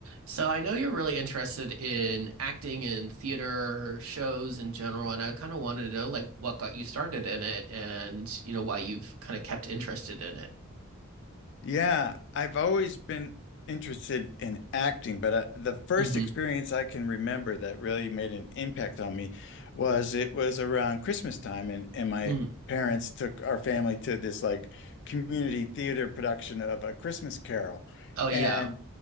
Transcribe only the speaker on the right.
So I know you're really interested in acting and theater shows in general, and I kind of wanted to know like what got you started in it and you know why you've kind of kept interested in it.
hmm
Mm.
Oh yeah.